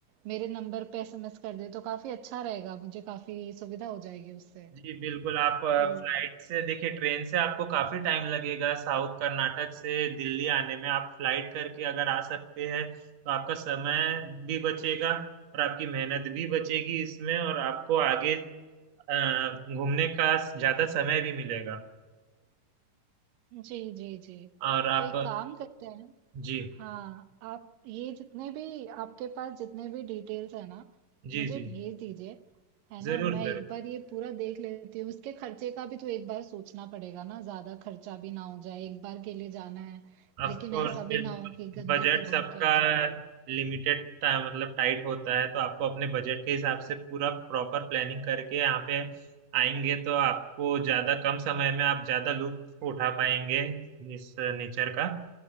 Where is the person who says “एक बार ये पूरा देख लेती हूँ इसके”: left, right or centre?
Right